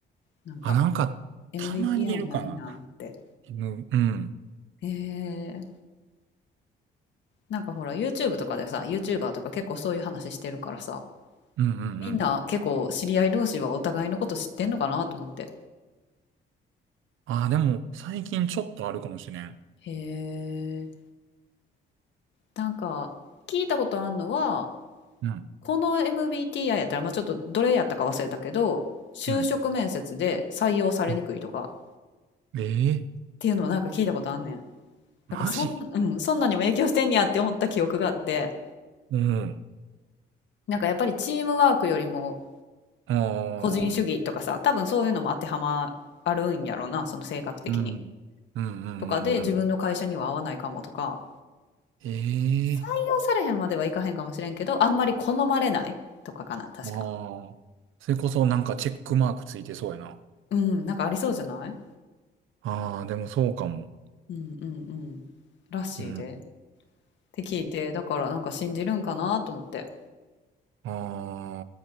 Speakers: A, on the left (about 65°); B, on the right (about 85°).
A: なんか、
B: あ、なんか、
A: MBTI
B: たまにいるかな。
A: ないなって。
B: M うん、うん、
A: へえ。なんかほら、YouTube とかでさ、YouTuber とか結構そういう話してるからさ、
B: うん、うん。
A: みんな結構知り合い同士はお互いのこと知ってんのかなと思って。
B: あ、でも、最近ちょっとあるかもしれん。
A: へえ。なんか、聞いたことあんのは、
B: うん、
A: この MBTI やったら、まあ、ちょっとどれやったか忘れたけど、就職面接で採用されにくいとかっ
B: うん。うんええ
A: ていうのをなんか聞いたことあんねん。だからそん、
B: マジ
A: うん、そんなにも影響してんやって思った記憶があって、
B: うん。
A: なんかやっぱりチームワークよりも
B: あ
A: 個人主義とかさ、
B: あ、
A: 多分そういうのも当てはまあるんやろうな、その性格的に。
B: うん、うん、うん、う
A: とかで自分の会社には合わないかもとか、
B: ん、うん。ええ
A: 採用されへんまではいかへんかもしれんけど、あんまり好まれないとかかな、確か。
B: ああ。それこそなんかチェックマークついてそうやな。
A: うん、なんかありそうじゃない
B: ああ、でもそうかも。
A: うんうんうん。らしいで。
B: うん。
A: て聞いて、だからなんか信じるんかなと思って。
B: あ